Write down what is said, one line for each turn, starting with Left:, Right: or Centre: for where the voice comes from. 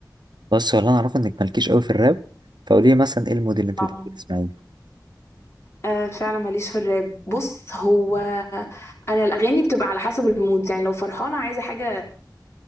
Right: بس هو اللي انا اعرفه انك مالكيش قوي في الراب فقولي لي مثلا ايه الموديل اللي انت
Left: اه
Right: بتحبي تسمعيه
Left: آه فعلا ماليش في الراب بص هو انا الاغاني بتبقى على حسب المود يعني لو فرحانه عايزه حاجه